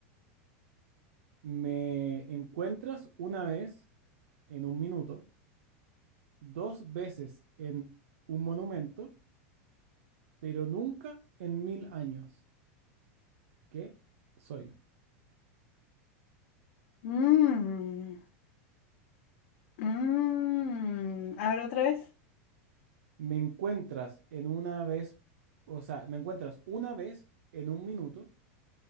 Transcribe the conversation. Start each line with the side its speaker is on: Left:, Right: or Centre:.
Right: me encuentras una vez en un minuto, dos veces en un monumento, pero nunca en mil años. ¿Qué soy?
Left: Mm, mm. A ver, otra vez.
Right: Me encuentras en una vez, o sea, me encuentras una vez en un minuto,